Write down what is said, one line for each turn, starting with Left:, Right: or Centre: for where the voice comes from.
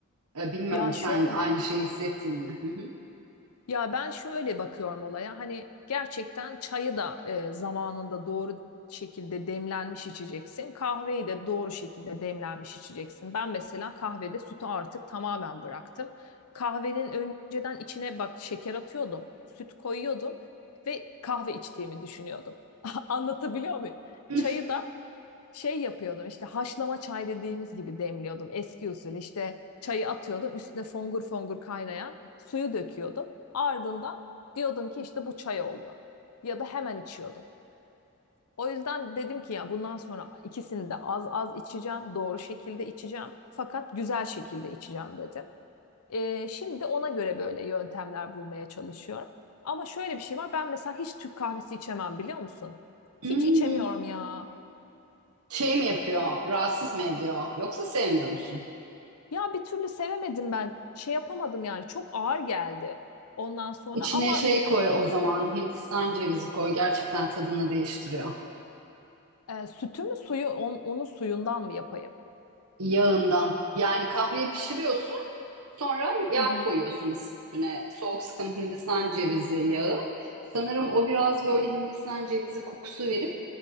Right: E, bilmiyorum
Left: Ya
Right: sen
Left: şöyle
Right: aynı şeyi hissettin mi? Hı hı.
Left: Ya ben şöyle bakıyorum olaya hani gerçekten çayı da e, zamanında doğru şekilde demlenmiş içeceksin. Kahveyi de doğru şekilde demlenmiş içeceksin. Ben mesela kahvede sütü artık tamamen bıraktım. Kahvenin önceden içine bak şeker atıyordum, süt koyuyordum ve kahve içtiğimi düşünüyordum. <laughs> Anlatabiliyor muyum?
Right: <laughs>
Left: Çayı da şey yapıyordum işte haşlama çay dediğimiz gibi demliyordum eski usul işte çayı atıyordum üstüne fongur fongur kaynayan suyu döküyordum ardından diyordum ki işte bu çay oldu ya da hemen içiyordum. O yüzden dedim ki ya bundan sonra ikisini de az az içeceğim doğru şekilde içeceğim fakat güzel şekilde içeceğim dedim. Ee, şimdi ona göre böyle yöntemler bulmaya çalışıyorum. Ama şöyle bir şey var ben mesela hiç Türk kahvesi içemem biliyor musun? Hiç
Right: Hmm.
Left: içemiyorum ya.
Right: Şey mi yapıyor? Rahatsız mı ediyor? Yoksa sevmiyor musun?
Left: Ya bir türlü sevemedim ben. Şey yapamadım yani çok ağır geldi. Ondan sonra
Right: İçine
Left: ama
Right: şey
Left: bu k-
Right: koy o zaman. Hindistan cevizi koy. Gerçekten tadını değiştiriyor.
Left: e, sütü mü suyu on- onun suyundan mı yapayım?
Right: Yağından. Yani kahveyi pişiriyorsun. Sonra yağ
Left: Hı hı.
Right: koyuyorsunuz üstüne. Soğuk sıkım Hindistan cevizi yağı. Sanırım o biraz böyle Hindistan cevizi kokusu verip